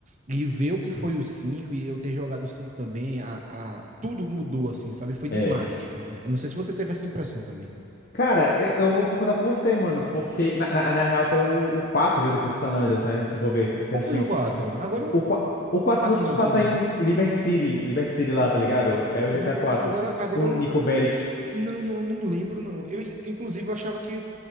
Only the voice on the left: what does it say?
É.
Cara, eu, eu vou concordar com você, mano, porque na, na, na real até o, o 4 viu depois de San Andreas, né? Se for ver certinho.
O, qua- o 4
foi o que
se
passa
em
Liberty City, Liberty City lá, tá ligado? É
o GTA quatro
o
Nico Bellic.